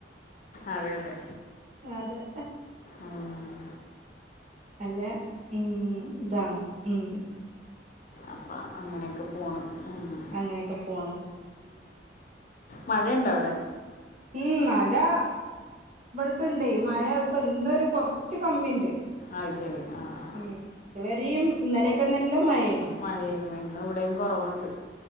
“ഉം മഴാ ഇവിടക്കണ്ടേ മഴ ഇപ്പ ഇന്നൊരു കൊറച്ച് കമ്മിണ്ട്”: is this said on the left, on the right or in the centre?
Right